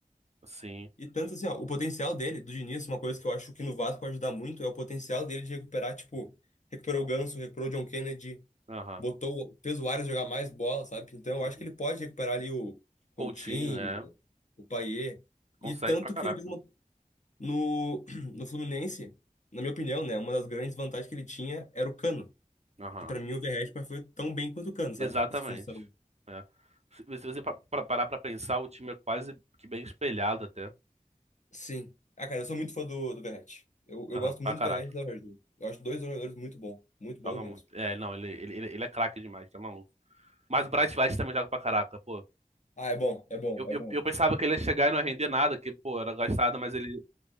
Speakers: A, on the right; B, on the left.
A: Sim,
B: E tanto assim, ó, o potencial dele, do Diniz, uma coisa que eu acho que no Vasco pode ajudar muito é o potencial dele de recuperar, tipo, recuperou o Ganso, recuperou o John Kennedy,
A: aham.
B: botou, fez o Arias jogar mais bola, sabe? Então eu
A: Uhum.
B: acho que ele pode recuperar ali o Coutinho,
A: Coutinho, é.
B: o Payet.
A: Consegue
B: E tanto
A: pra caraca.
B: que ele fez uma, no, <clears throat> no Fluminense, na minha opinião, né, uma das grandes vantagens que ele tinha era o Cano,
A: Aham.
B: que pra mim o Verratti foi tão bem quanto o Cano, sabe?
A: Exatamente.
B: Essa função.
A: É. Se se você pa- pa- parar pra pensar, o time é quase que bem espelhado até.
B: Sim. Ah, cara, eu sou muito fã do, do Verratti. Eu, eu
A: Aham,
B: gosto
A: pra
B: muito
A: caraca.
B: do Verratti e do Jorginho. Eu acho dois jogadores muito bom, muito bom
A: Joga
B: mesmo.
A: muito. É, não, ele, ele, ele ele é craque demais, tá maluco. Mas o Bright White também joga pra caraca, pô.
B: Ah, é bom, é bom,
A: Eu,
B: é
A: eu,
B: bom.
A: eu pensava que ele ia chegar e não ia render nada, que, pô, era gastado, mas ele,